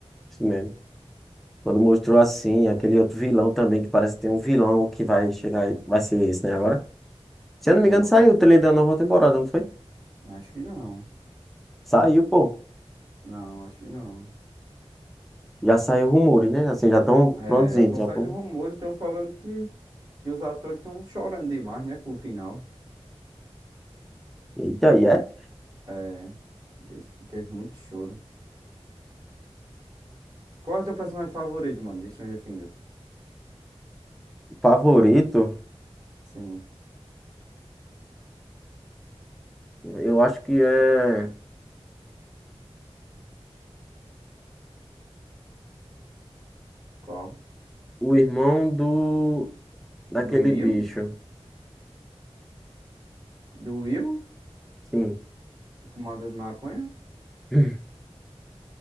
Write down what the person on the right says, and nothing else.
Pior
que.
Acho que não.
Não, acho que não.
É,
já estão
saindo
rumores, estão falando que, que os atores estão chorando demais, né, com o final.
É, disse que teve muito choro. Qual é o teu personagem favorito, mano, de Stranger Things?
Sim,
qual?
Do Will?
Do Will?
O Fumador de maconha?